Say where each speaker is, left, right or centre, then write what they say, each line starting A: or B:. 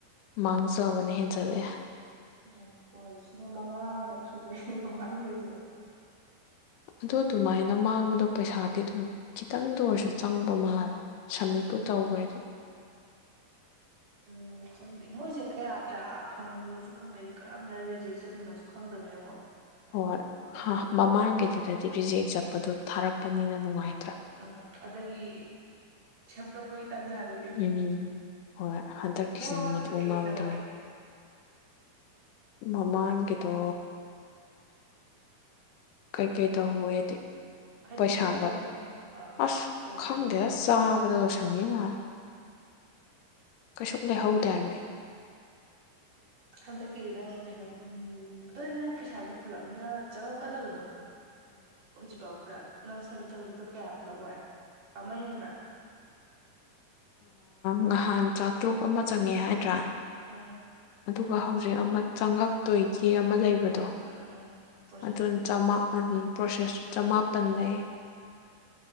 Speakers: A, on the left; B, on the right.
A: ꯃꯥꯡꯖꯕꯅ ꯍꯦꯟꯖꯠꯂꯛꯑꯦ
B: ꯑꯗꯨꯝ ꯀꯣꯜꯁꯤꯅ ꯃꯉꯥꯔꯛ ꯁꯨꯗꯣꯏꯅꯦ ꯃꯃꯥꯡꯗꯣꯏꯁꯦ
A: ꯑꯗꯨ ꯑꯗꯨꯃꯥꯏꯅ ꯃꯥꯡꯕꯗꯣ ꯄꯩꯁꯥꯗꯤ ꯑꯗꯨꯝ ꯈꯤꯇꯪꯗ ꯑꯣꯏꯔꯁꯨ ꯆꯪꯕ ꯃꯥꯜꯂꯦ ꯁꯝꯃꯤꯠꯄꯨ ꯇꯧꯈ꯭ꯔꯗꯤ
B: ꯎꯝ ꯈꯪꯗꯦ ꯃꯣꯏꯁꯦ ꯀꯌꯥ ꯀꯌꯥ ꯐꯪꯉꯤꯅꯣꯁꯨ ꯈꯪꯗꯦꯗꯤ ꯀꯔꯝꯝꯕꯅ ꯔꯤꯖꯦꯛ ꯆꯠꯂꯤꯅꯣꯁꯨ ꯈꯪꯗꯕꯅꯤꯅꯀꯣ
A: ꯍꯣꯏ ꯃꯃꯥꯡꯒꯤꯗꯨꯗꯗꯤ
B: ꯒ꯭ꯌꯥꯟ ꯇꯥꯟ ꯇꯥꯗꯦ
A: ꯔꯤꯖꯦꯛ ꯆꯠꯄꯗꯣ ꯊꯥꯔꯛꯄꯅꯤꯅꯪ ꯅꯨꯡꯉꯥꯏ
B: ꯎꯝ ꯑꯗꯒꯤ ꯁꯦꯝꯗꯣꯛꯄꯒꯤ ꯇꯥꯟꯖꯥꯁꯤ
A: ꯎꯝ ꯍꯣꯏ ꯍꯟꯗꯛꯀꯤꯁꯤ
B: ꯅꯪ ꯃꯃꯥꯡꯒꯤꯗꯣ
A: ꯃꯨ
B: ꯀꯩꯀꯩ
A: ꯃꯔꯥꯡꯗ
B: ꯇꯧꯍꯧꯒꯦ
A: ꯃꯃꯥꯡꯒꯤꯗꯣ ꯀꯩꯀꯩ ꯇꯥꯍꯃꯣꯏꯗꯤ
B: ꯍꯥꯏꯗꯤ
A: ꯄꯩꯁꯥꯗꯣ
B: ꯁꯨꯝ ꯂꯩꯍꯧꯕꯗꯣ ꯑꯥ
A: ꯑꯁ
B: ꯑꯦ
A: ꯈꯪꯗꯦ
B: ꯁꯤꯗ ꯅꯪ
A: ꯑꯁ ꯆꯥꯕꯗ ꯂ ꯁꯪꯉꯤ ꯃꯥꯜꯂꯦ ꯀꯩꯁꯨꯝ ꯂꯩꯍꯧꯗꯦꯕꯩ
B: ꯍꯟꯗꯛꯀꯤ ꯅꯪ ꯀꯩꯅꯣ ꯎꯝ ꯑꯗꯨꯗꯤ ꯅꯪ ꯄꯩꯁꯥꯥꯁ ꯄꯨꯂꯞꯅ ꯆꯪꯉꯛꯀꯗꯕꯗꯣ ꯍꯧꯖꯤꯛꯐꯥꯎꯗ ꯅꯪ ꯁꯝꯃꯤꯠ ꯇꯧꯕꯗꯗꯣ ꯀꯌꯥ ꯄꯨꯂꯞ ꯑꯣꯏ ꯑꯃ ꯍꯦꯟꯕ꯭ꯔꯥ
A: ꯉꯍꯥꯟ ꯆꯥꯇꯔꯨꯛ ꯑꯃ ꯆꯪꯉꯦ ꯍꯥꯏꯗ꯭ꯔꯥ
B: ꯑꯥ
A: ꯑꯗꯨꯒ ꯍꯧꯖꯤꯛ ꯑꯃ ꯆꯪꯉꯛꯇꯣꯏꯁ ꯐꯦ ꯑꯃ ꯂꯩꯕꯗꯣ
B: ꯎꯝ ꯎꯝ ꯄ꯭ꯔꯣꯁꯦꯁꯇ
A: ꯑꯗꯨꯅ ꯆꯝ ꯑꯅꯤ ꯄ꯭ꯔꯣꯁꯦꯁꯁꯨ ꯆꯃꯥꯄꯟ ꯂꯩ